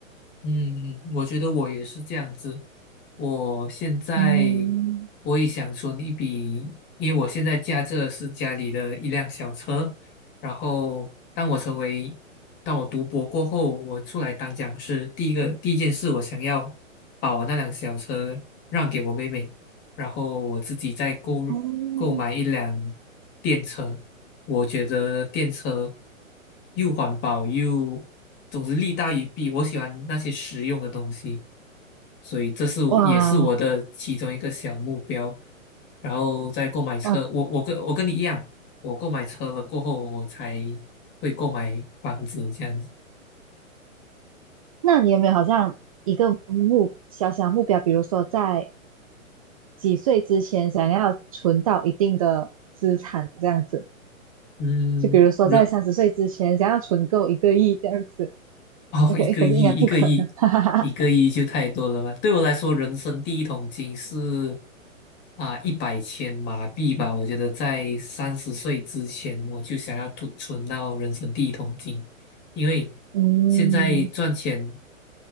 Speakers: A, on the left (about 25°); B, on the right (about 25°).
A: 嗯，我觉得我也是这样子。我现在
B: 嗯，
A: 我也想存一笔，因为我现在驾着是家里的一辆小车。然后，当我成为，当我读博过后，我出来当讲师，第一个第一件事，我想要把我那辆小车让给我妹妹，然后我自己再购入购买一辆电车。
B: 哦
A: 我觉得电车又环保又，总之利大于弊。我喜欢那些实用的东西，所以这是我也是我的其中一个小目标。
B: 哇
A: 然后再购买车，
B: 哇，
A: 我我跟我跟你一样，我购买车了过后，我才会购买房子这样子。
B: 那你有没有好像一个目小小目标，比如说在几岁之前想要存到一定的资产这样子？
A: 嗯，
B: 就比如说在三十岁之前想要存够一个亿这样子
A: 人 <laughs> 哦，
B: ，OK，
A: 一个亿，
B: 可是应该不可能，
A: 一个亿，
B: <laughs> 哈哈哈，
A: 一个亿就太多了吧？对我来说，人生第一桶金是啊一百千马币吧。我觉得在三十岁之前，我就想要存存到人生第一桶金，因为
B: 嗯，
A: 现在赚钱。